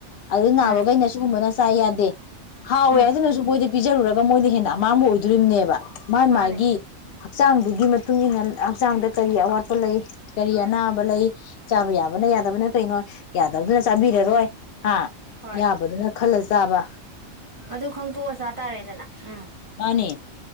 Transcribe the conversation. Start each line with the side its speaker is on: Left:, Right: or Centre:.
Left: ꯑꯗꯨ ꯅꯥꯕꯈꯩꯅ
Right: ꯎꯝ ꯎꯝ
Left: ꯁꯤꯒꯨꯝꯕꯅ ꯆꯥ ꯌꯥꯗꯦ ꯍꯥꯎꯏ
Right: ꯎꯝ
Left: ꯍꯥꯏꯗꯨꯅꯁꯨ ꯃꯣꯏꯗꯤ ꯄꯤꯖꯔꯨꯔꯒ ꯃꯣꯏꯅ ꯍꯦꯟꯅ ꯑꯃꯥꯡꯕ ꯑꯣꯏꯗꯣꯔꯤꯕꯅꯦꯕ ꯃꯥꯥꯏ ꯃꯥꯥꯏꯒꯤ
Right: ꯃꯥꯅꯦ
Left: ꯍꯛꯆꯥꯡꯗꯨꯒꯤ ꯃꯇꯨꯡ ꯏ ꯃꯇꯨꯡꯏꯟꯅ ꯍꯛꯆꯥꯡꯗ ꯀꯔꯤ ꯑꯋꯥꯠꯄ ꯂꯩ ꯀꯔꯤ ꯑꯅꯥꯕ ꯂꯩ ꯆꯥꯕ ꯌꯥꯕꯅ ꯌꯥꯗꯕꯅ ꯀꯩꯅꯣ ꯌꯥꯗꯕꯗꯨꯅ ꯆꯥꯕꯤꯔꯔꯣꯏ ꯍꯥꯥ
Right: ꯍꯣꯏ
Left: ꯌꯥꯕꯗꯨ ꯖꯥꯕ
Right: ꯑꯗꯨ ꯈꯪꯇꯣꯛꯑ ꯆꯥ ꯇꯥꯔꯦꯗꯅ ꯎꯝ
Left: ꯃꯥꯅꯦ